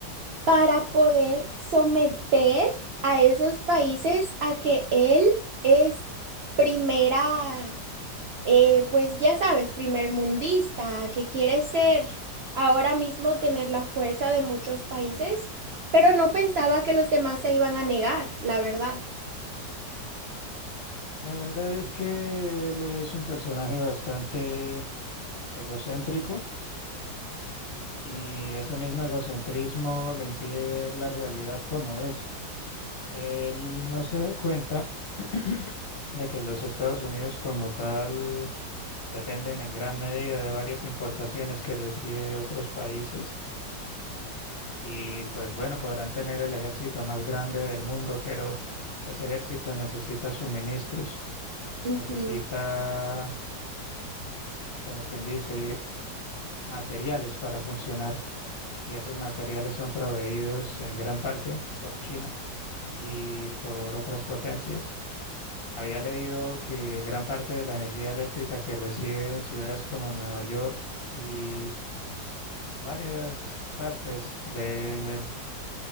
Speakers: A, on the right (about 65°); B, on the left (about 40°).
A: para poder someter a esos países a que él es primera, eh, pues ya sabes, primer mundista, que quiere ser ahora mismo tener la fuerza de muchos países, pero no pensaba que los demás se iban a negar, la verdad.
B: La verdad es que él es un personaje bastante egocéntrico y ese mismo egocentrismo le impide ver la realidad como es. Él no se da cuenta <clears throat> de que los Estados Unidos como tal dependen en gran medida de varias importaciones que recibe de otros países Y pues bueno, podrán tener el ejército más grande del mundo, pero ese ejército necesita suministros,
A: Ujú.
B: necesita, como quien dice, materiales para funcionar. Y esos materiales son proveídos en gran parte por China y por otras potencias. Había leído que gran parte de la energía eléctrica que recibe en ciudades como Nueva York y varias partes del